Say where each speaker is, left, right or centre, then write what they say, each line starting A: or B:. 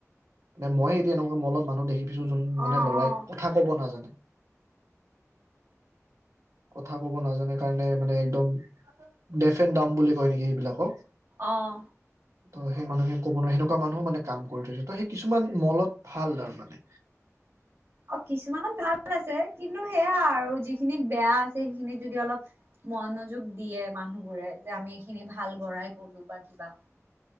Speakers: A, on the right; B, on the right.
A: মে মই এতিয়া এনেকুৱা মলত মানুহ দেখি ছু যোন
B: অ',
A: মানে ল'ৰা কথা ক'ব নাজানে কথা ক'ব নাজানে কাৰণে মানে একদম ডেফ এন ডাম বুলি কয় নেকি সেইবিলাকক
B: আহ।
A: ত' সেই মানুহে ক'ব নোৱাৰে সেনেকুৱা মানুহো মানে কাম কৰি থৈছে ত সেই কিছুমান মলত ভাল তাৰ মানে
B: অ কিছুমানত ভাল আছে কিন্তু স সেয়া আৰু যিখিনিত বেয়া আছে সেইখিনিত যদি অলপ মনোযোগ দিয়ে মানুহবোৰে যে আমি এইখিনি ভাল গ়ই কলো বা কিবা